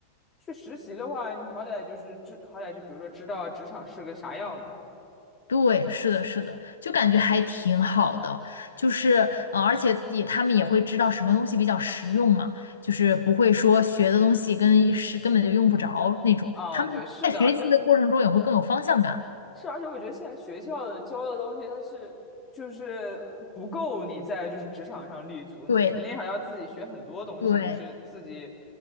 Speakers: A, on the left; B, on the left.
A: 去实习的话，你好歹就是知，好歹就比如说知道职场是个啥样的。
B: 对，是的，是的，就感觉还挺好的，就是呃，而且也他们也会知道什么东西比较实用嘛，就是不会说学的东西跟是根本就用不着那种，
A: 嗯，
B: 他们在学习的过程中也会更有方向感。
A: 对，是的，而且是，而且我觉得现在学校的教的东西，它是就是不够你在就是职场上立足，你肯定还要自己学很多东西，
B: 对对，
A: 就是自己